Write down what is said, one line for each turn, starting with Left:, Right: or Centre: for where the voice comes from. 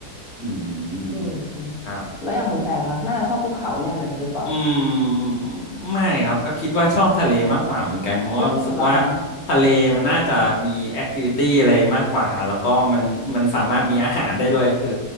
Left: อืม
Centre: อืม
Left: ครับ
Centre: แล้วอย่างคุณแฟนล่ะคะน่าจะชอบภูเขาแน่เลยหรือเปล่า
Left: อืมไม่ครับก็คิดว่าชอบทะเลมากกว่าเหมือนกันเพราะว่ารู้สึกว่า
Centre: อืมเหรอคะ
Left: ทะเลมันน่าจะมีแอคทิวิตี้อะไรมากกว่าแล้วก็มันมันสามารถมีอาหารได้ด้วยคือ